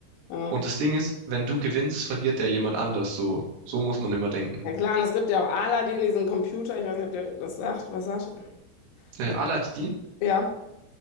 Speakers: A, on the left (about 75°); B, on the right (about 85°).
A: ja.
B: Und das Ding ist, wenn du gewinnst, verliert ja jemand anders. So, so muss man immer denken.
A: Ja klar, und es gibt ja auch Aladdin, diesen Computer, ich weiß nicht, ob der das sagt, was sagt.
B: Äh,
A: Das,
B: Aladdin?
A: ja.